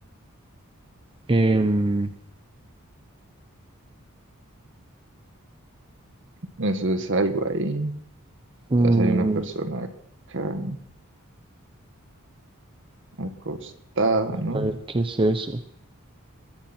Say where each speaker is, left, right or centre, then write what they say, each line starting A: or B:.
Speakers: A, on the right; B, on the right.
A: Em,
B: Eso es algo ahí.
A: mm,
B: Entonces hay una persona acá acostada, ¿no?
A: a ver, ¿qué es eso?